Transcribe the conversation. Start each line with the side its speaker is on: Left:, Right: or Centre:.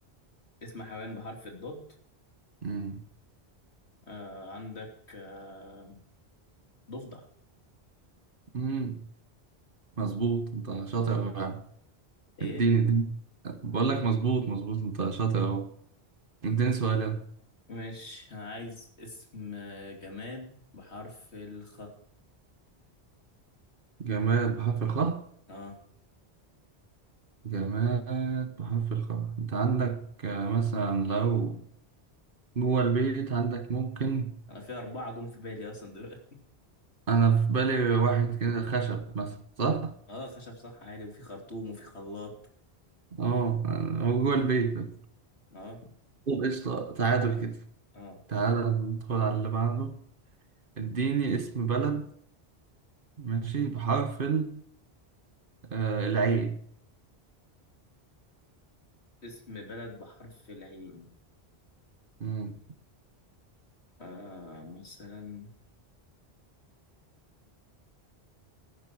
Left: اسم حيوان بحرف الضاد
Right: مم.
Left: آه عندك آه ضفدع
Right: مم. مظبوط أنت شاطر أوي يا عم.
Left: ايه
Right: اديني اديني بقول لك مظبوط مظبوط أنت شاطر أهو اديني سؤال يلا
Left: ماشي انا عايز اسم آه، جماد بحرف الخ
Right: جماد بحرف الخاء
Left: اه
Right: جماد بحرف الخاء أنت عندك آه، مثلا لو جوه البيت عندك ممكن
Left: انا في اربعة جم في بالي اصلا دلوقتي
Right: أنا في بالي واحد كده خشب مثلا صح؟
Left: اه خشب صح عادي وفي خرطوم وفي خلاط
Right: اه هو جوه البيت بس
Left: اه
Right: طب قشطة تعادل
Left: يلا.
Right: كده
Left: اه
Right: تعالى ندخل على اللي بعده اديني اسم بلد ماشي بحرف ال- آه العين
Left: اسم بلد بحرف العين
Right: مم.
Left: آه مثلا